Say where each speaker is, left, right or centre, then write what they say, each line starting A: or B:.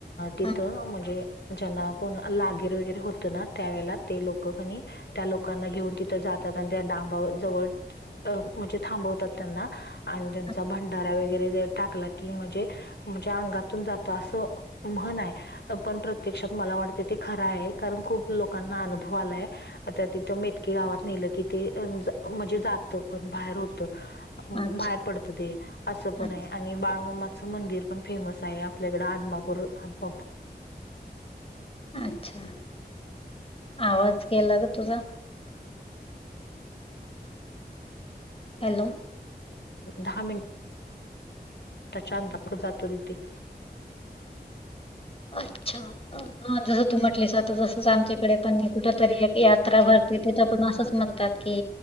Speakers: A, on the left; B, on the left.
A: तिथं
B: अ-
A: म्हणजे- ज्यांना कोण लागीर वगैरे होतं ना त्यावेेळे ते लोक कनी. त्या लोकांना घेऊन तिथं जातात आणि त्या डांबावर जवळ अ म्हणजे थांबवतात त्यांना आणि त्यांचा
B: अ-
A: भंडारा वगैरे टाकला की म्हणजे म्हणजे अंगातून जात असं म्हण हाय. पण प्रत्यक्षात मला वाटते ते खरां आहे कारण खूप लोकांना अनुभव आलाय आता तिथं मेटकीे गावात नेलं की ते म्हणजे जातं पण बाहेर होत बाहेर
B: अच्छा
A: पडत ते असं
B: अ-
A: पण आहे आणि बाळमामाचं मंदिर पण फेमस आहे आपल्याकडे आधमापूर आदमापू
B: अच्छा आवाज के्यालाग तुझा हॅलो
A: दहा मिनटं छतर्फ जातो तिथे
B: अच्छा हा जसं तू म्हटलेस आता तसच आमच्या डे पण कुठ तरी एक यात्रा भरते तिथ पण असंच म्हणतात की